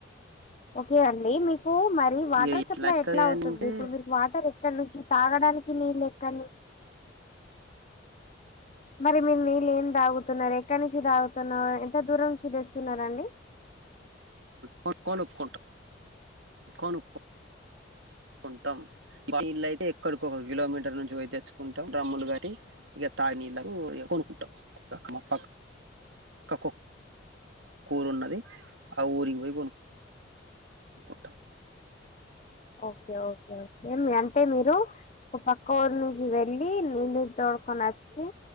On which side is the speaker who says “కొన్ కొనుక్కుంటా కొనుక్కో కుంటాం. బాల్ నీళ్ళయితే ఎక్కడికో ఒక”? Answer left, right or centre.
Right